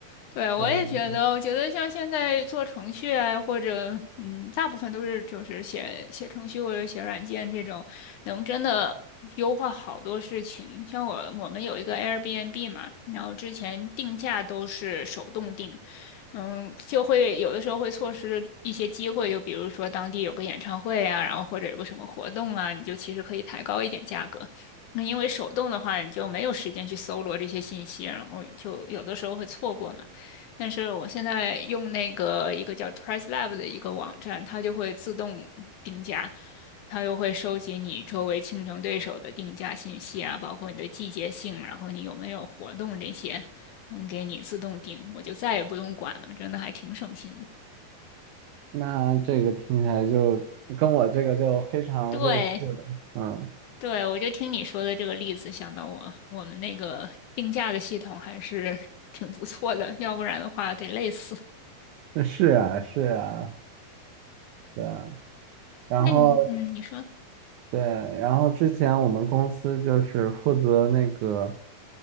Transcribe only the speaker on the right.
对。
那这个听起来就跟我这个就非常类似的，
嗯，
那是啊，是啊，对啊，然后
对，然后之前我们公司就是负责那个